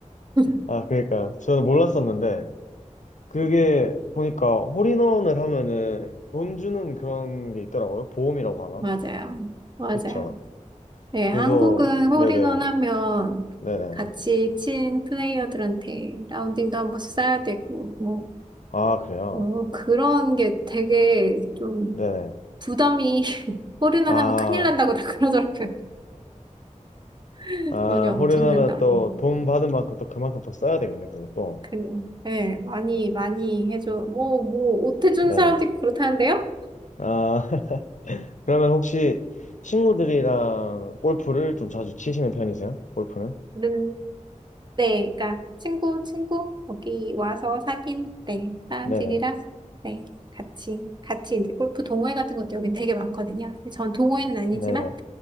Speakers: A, on the right; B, on the left.
A: <laughs>
B: 아, 그러니까, 저는 몰랐었는데, 그게 보니까 홀인원을 하면은 돈 주는 그런 게 있더라고요. 보험이라고 하나?
A: 맞아요. 맞아요.
B: 그쵸.
A: 네,
B: 그래서,
A: 한국은 홀인원
B: 네네,
A: 하면
B: 네네.
A: 같이 친 플레이어들한테 라운딩도 한 번씩 쏴야 되고, 뭐
B: 아, 그래요?
A: 어, 그런 게 되게 좀
B: 네네.
A: 부담이 <laughs> 홀이나
B: 아,
A: 하면 큰일 난다고 다 그러더라고요. <laughs>
B: 아,
A: 돈이 엄청
B: 홀인하면
A: 든다고.
B: 또 돈 받은 만큼 또 그만큼 더 써야 되군요, 그것도.
A: 그냥, 예, 많이, 많이 해줘. 뭐, 뭐, 옷 해주는
B: 네네.
A: 사람도 있고 그렇다는데요?
B: 아, <laughs> 그러면 혹시 친구들이랑 골프를 좀 자주 치시는 편이세요? 골프는?
A: 는, 네, 그러니까, 친구, 친구, 여기 와서 사귄, 네, 사람들이랑,
B: 네네,
A: 네, 같이, 같이 이제 골프 동호회 같은 것도 여긴 되게 많거든요. 근데 전 동호회는 아니지만,
B: 네네.